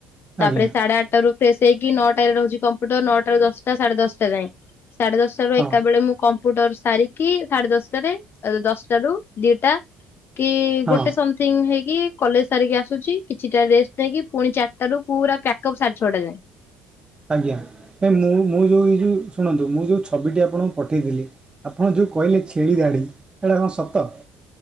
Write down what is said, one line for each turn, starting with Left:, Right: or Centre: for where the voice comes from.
Left: ତାପରେ
Right: ଆଜ୍ଞା
Left: ସାଢେ ଆଠଟାରୁ ଫ୍ରେଶ ହେଇକି ନଅଟାରେ ରହୁଚି କମ୍ପ୍ୟୁଟର ନଅଟ ରୁ ଦଶଟା ସାଢେ ଦଶଟା ଯାଏ ସାଢେ ଦଶଟାରୁ
Right: ହଁ
Left: ଏକା ବେଳେ ମୁଁ କମ୍ ମ୍ପୁଟର୍ ସାରିକି ସାଢେ ଦଶଟାରେ ଦଶଟାରୁ ଦିଟା କି
Right: ହଁ
Left: ଗୋଟେ ସମ୍ ଥିଙ୍ଗ ହେଇକି କଲେଜ ସାରିକି ଆସୁଚି କିଛିଟା ରେଷ୍ଟ ନେଇକି ପୁଣି ଚାରିଟାରୁ ପୁରା ପ୍ୟାକଅପ୍ ସାଢେ ଛଅଟା ଯାଏଁ।
Right: ଆଜ୍ଞା ଏ ମୁଁ ମୁଁ ଯୋଉ ଏ ଯେଉଁ ଶୁଣନ୍ତୁ ମୁଁ ଯୋଉ ଛବିଟି ଆପଣଙ୍କୁ ପଠେଇଥିଲି ଆପଣ ଯୋଉ କହିଲେ ଛେଳି ଦାଢ଼ି ସେଟା କଣ ସତ।